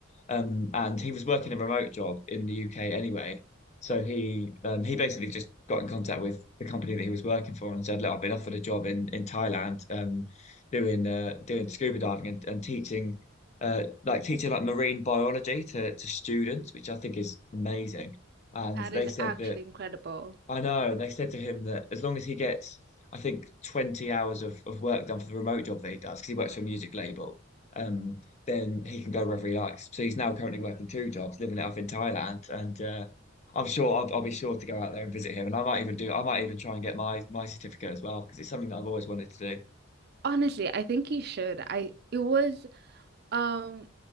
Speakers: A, on the left (about 30°); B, on the right (about 50°).
A: Um, and he was working a remote job in the UK anyway so he um, he basically just got in contact with the company that he was working for and said, "Look, I've been offered a job in in Thailand, um, doing uh, doing scuba diving and, and teaching, uh, like teaching like marine biology to to students, which I think is amazing." And
B: That
A: they
B: is
A: said
B: actually
A: that
B: incredible.
A: I know. And they said to him that as long as he gets, I think, 20 hours of, of work done for the remote job that he does, because he works for a music label, um, then he can go wherever he likes. So he's now currently working two jobs, living it up in Thailand. And uh, I'm sure I'll, I'll be sure to go out there and visit him. And I might even do, I might even try and get my, my certificate as well, because it's something that I've always wanted to do.
B: Honestly, I think you should. I it was Um,